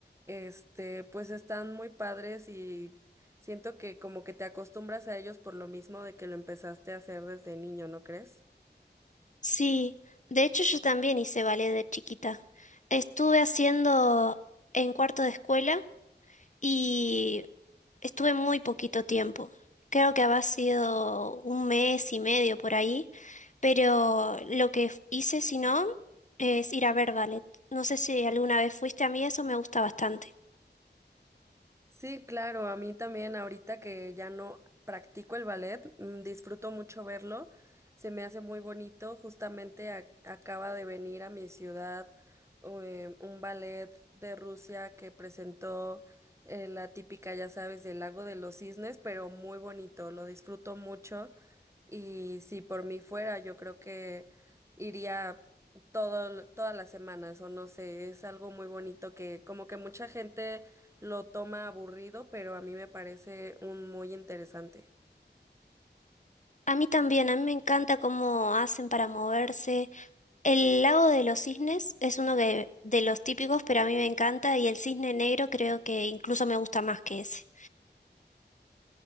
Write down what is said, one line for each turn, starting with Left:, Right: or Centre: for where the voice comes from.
Right: este, pues están muy padres y Siento que como que te acostumbras a ellos por lo mismo de que lo empezaste a hacer desde niño, ¿no crees?
Left: Sí, de hecho yo también hice ballet de chiquita. Estuve haciendo en cuarto de escuela y estuve muy poquito tiempo. Creo que había sido un mes y medio por ahí Pero lo que f- hice, si no, es ir a ver ballet. No sé si alguna vez fuiste a mí, eso me gusta bastante.
Right: Sí, claro, a mí también ahorita que ya no practico el ballet, mm, disfruto mucho verlo, se me hace muy bonito, justamente ac- acaba de venir a mi ciudad eh, un ballet de Rusia que presentó eh, la típica, ya sabes, del Lago de los Cisnes, pero muy bonito, lo disfruto mucho Y si por mí fuera, yo creo que iría todo, todas las semanas, o no sé, es algo muy bonito que como que mucha gente lo toma aburrido, pero a mí me parece un muy interesante.
Left: A mí también, a mí me encanta cómo hacen para moverse. El lago de los cisnes es uno de, de los típicos, pero a mí me encanta y el cisne negro creo que incluso me gusta más que ese.